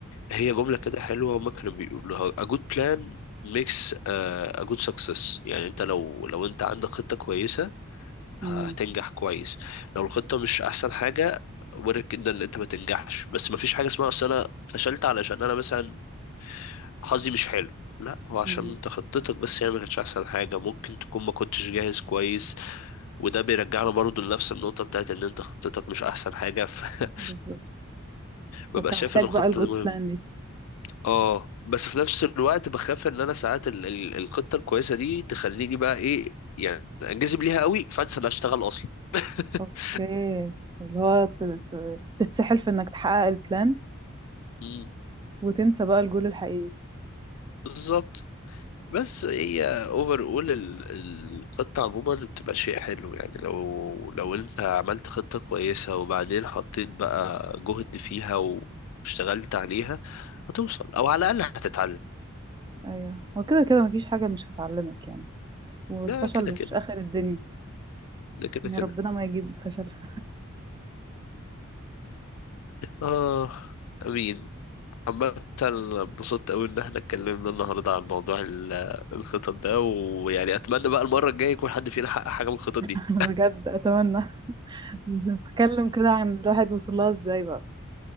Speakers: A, on the left (about 85°); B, on the right (about 20°).
A: هي جملة كده حلوة هما كانوا بيقولوها a good plan makes uh, a good success يعني أنت لو لو أنت عندك خطة كويسة
B: امم
A: هتنجح كويس لو الخطة مش أحسن حاجة وارد جدا إن أنت ما تنجحش بس ما فيش حاجة اسمها أصل أنا فشلت علشان أنا مثلا حظي مش حلو لا هو عشان
B: امم
A: انت خطتك بس هي ما كانتش احسن حاجه ممكن تكون ما كنتش جاهز كويس وده بيرجعنا برضو لنفس النقطة بتاعت إن أنت خطتك مش أحسن حاجة فببقى
B: بالظبط
A: <laughs>
B: فانت
A: شايف
B: محتاج
A: إن الخطة
B: بقى الجود
A: دي مهمة
B: بلان دي
A: أه بس في نفس الوقت بخاف إن أنا ساعات ال- ال- الخطة الكويسة دي تخليني بقى إيه يعني أنجذب ليها قوي فأنسى إن أشتغل أصلا <laughs>
B: اوكي اللي هو ت- ت- تتسحل في انك تحقق البلان
A: مم،
B: وتنسى بقى الجول الحقيقي
A: بالظبط بس هي اوفر اول الخطة عموما بتبقى شيء حلو يعني لو لو انت عملت خطة كويسة وبعدين حطيت بقى جهد فيها واشتغلت عليها هتوصل او على الاقل هتتعلم
B: ايوه هو كده كده مفيش حاجه مش هتعلمك يعني والفشل
A: ده كده
B: مش
A: كده
B: اخر الدنيا
A: ده كده
B: يعني
A: كده
B: ربنا ما يجيب فشلها
A: اه امين عامة انبسطت قوي ان احنا اتكلمنا النهارده عن موضوع ال- الخطط ده ويعني اتمنى بقى المره الجايه يكون حد فينا حقق حاجه من الخطط
B: <laughs>
A: دي
B: بجد اتمنى نتكلم كده عن الواحد وصل لها ازاي بقى